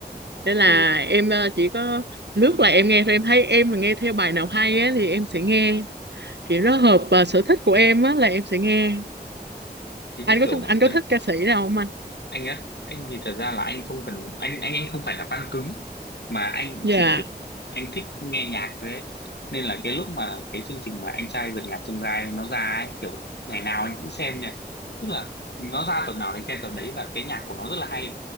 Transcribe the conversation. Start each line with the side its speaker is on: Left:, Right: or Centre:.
Right: nên là
Left: Ồ.
Right: em ờ, chỉ có lướt là em nghe thôi em thấy em mà nghe theo bài nào hay á thì em sẽ nghe kiểu nó hợp ờ, sở thích của em á là em sẽ nghe
Left: Thì như
Right: anh có
Left: kiểu
Right: thích anh
Left: bản thân
Right: có thích ca sĩ nào không anh
Left: anh á anh thì thật ra là anh không cần anh anh anh không phải là fan cứng mà anh
Right: dạ
Left: chỉ kiểu anh thích nghe nhạc thôi ấy. nên là cái lúc mà cái chương trình mà anh trai vượt ngàn chông gai nó ra ấy kiểu ngày nào anh cũng xem nha tức là nó ra tuần nào anh xem tuần đấy và cái nhạc của nó rất là hay